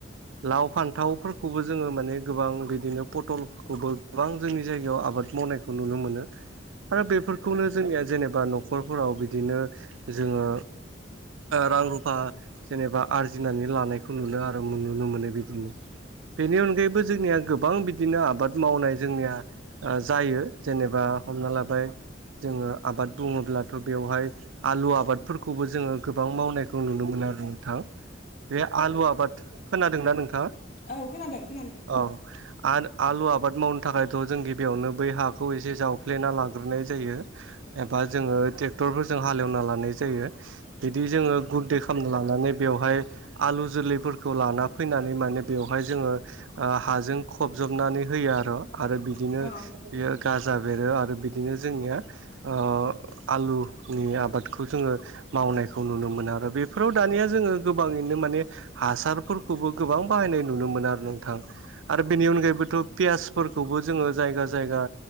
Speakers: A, on the right (about 80°); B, on the left (about 55°).
A: लाव फान्थावफोरखौबो जोङो माने गोबां बिदिनो पटलफोरखौबो गोबां जोंनि जायगायाव आब आबाद मावनायखौ नुनो मोनो आरो बेफोरखौनो
B: औ
A: जोंनिया जेनेबा नख न'खरफोराव बिदिनो जोङो रां रुफा जेनेबा आरजिनानै लानायखौ नुनो आरो नुनो मोनो बिदिनो। बेनि अनगायैबो जोंनिया गोबां बिदिनो आबाद मावनाय जोंनिया जायो जेनेबा हमना लाबाय जोङो आबाद बुङो ब्लाथ' बेवहाय आलु आबादफोरखौबो जोङो गोबां मावनायखौ नुनो मोनो आरो नोंथां। बे आलु आबाद खोनादोंना नोंथाङा
B: औ खोनादों खोनादों।
A: औ आ आलु आबाद मावनो थाखायथ' जों गिबियावनो बै हाखौ एसे जाव फ्लेना लाग्रोनाय जायो एबा जोङो ट्रेक्टरफोरजों हालेवना लानाय जायो। बिदि जोङो
B: औ
A: गुद दे खालामना लानानै बेवहाय आलु जोलैफोरखौ लाना फैनानै माने बेवहाय जोङो हाजों खबजबनानै होयो आरो आरो बिदिनो
B: औ
A: बियो गाजा बेरो आरो बिदिनो जोंनिया ओ आलुनि आबादखौ जोङो मावनायखौ नुनो मोनो आरो बेफोराव दानिया जोङो गोबाङैनो माने हासारफोरखौबो गोबां बाहायनाय नुनो मोन आरो नोंथां। आरो बेनि अनगायैबोथ' पियासफोरखौबो जोङो जायगा जायगा